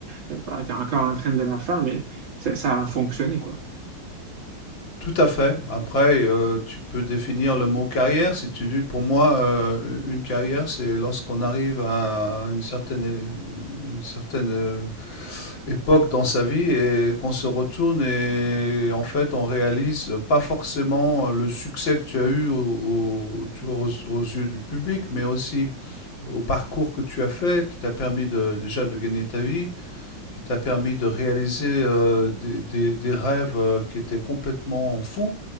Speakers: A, on the right; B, on the left.
A: Tu es encore en train de la faire, mais ça, ça a fonctionné, quoi.
B: Tout à fait. Après, euh, tu peux définir le mot carrière. Si tu dis, pour moi, euh, une carrière, c'est lorsqu'on arrive à une certaine, une certaine euh, époque dans sa vie et qu'on se retourne et en fait on réalise euh, pas forcément le succès que tu as eu au- au- tu vois, aux, aux yeux du public, mais aussi au parcours que tu as fait, qui t'a permis de, déjà de gagner ta vie, qui t'a permis de réaliser euh, des, des- des rêves euh, qui étaient complètement fous,